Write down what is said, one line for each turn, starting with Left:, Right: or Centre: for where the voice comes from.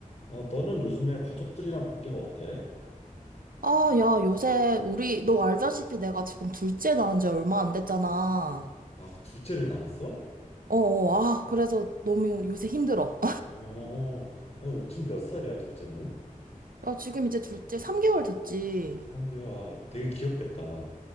Left: 어, 너는 요즘에 가족들이랑 관계가 어때?
Right: 아, 야, 요새 우리 너 알다시피 내가 지금 둘째 낳은 지 얼마 안 됐잖아.
Left: 아, 둘째를 낳았어?
Right: 어, 어, 아, 그래서 너무 요새 힘들어.
Left: 어, 아이고, 지금 몇 살이야, 둘째는?
Right: <laughs> 야, 지금 이제 둘째 3개월 됐지.
Left: 삼 개월 아, 되게 귀엽겠다.